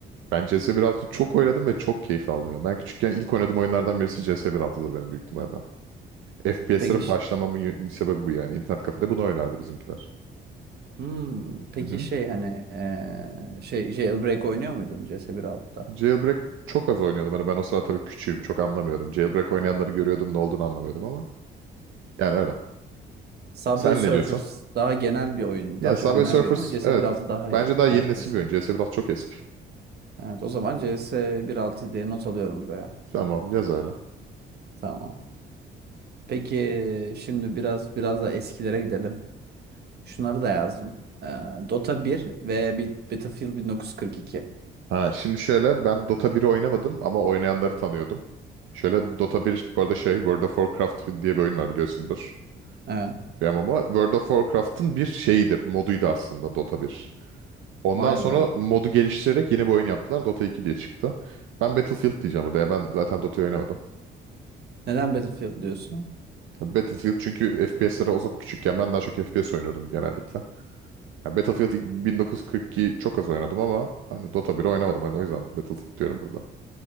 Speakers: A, on the right (about 80°); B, on the right (about 55°).
A: Ben CS 1.6'yı çok oynadım ve çok keyif aldım ya. Ben küçükken ilk oynadığım oyunlardan birisi CS 1.6'dır benim büyük ihtimalle. FPS'lere
B: Peki ş-
A: başlamamın y- sebebi bu yani. İnternet kafede bunu oynardı bizimkiler.
B: hmm, peki
A: Hı hı.
B: şey hani eee, şey Jailbreak oynuyor muydun CS1.6'da?
A: Jailbreak çok az oynuyordum. Hani ben o sırada tabii küçüğüm. Çok anlamıyordum. Jailbreak oynayanları görüyordum ne olduğunu anlamıyordum ama. Yani öyle.
B: Subway
A: Sen
B: Surfers
A: ne diyorsun?
B: daha genel bir oyun.
A: Ya
B: Daha
A: Subway
B: çok bilinen
A: Surfers
B: bir oyun ama CS1.6
A: evet.
B: daha
A: Bence
B: iyi.
A: daha yeni
B: Daha
A: nesil
B: klasik.
A: bir oyun. C S biraz çok eski.
B: Evet o zaman CS1.6 diye not alıyorum buraya.
A: Tamam yaz öyle.
B: Tamam. Peki şimdi biraz biraz da eskilere gidelim. Şunları da yazdım. Eee, Dota 1 ve bir Battlefield 1942.
A: Ha şimdi şöyle ben Dota biri oynamadım ama oynayanları tanıyordum. Şöyle Dota bir, bu arada şey World of Warcraft diye bir oyun var biliyorsundur.
B: Evet.
A: Bir MMO. World of Warcraft'ın bir şeyiydi. Moduydu aslında Dota bir. Ondan
B: Vay
A: sonra
B: be.
A: modu geliştirerek yeni bir oyun yaptılar. Dota iki diye çıktı. Ben Battlefield diyeceğim burada ya. Ben zaten Dota'yı oynamadım.
B: Neden Battlefield diyorsun?
A: Ya Battlefield çünkü FPS'lere o zaman küçükken ben daha çok FPS oynuyordum genellikle. Ya Battlefield ilk 1942 çok az oynadım ama hani Dota biri oynamadım hani o yüzden Battlefield diyorum burada.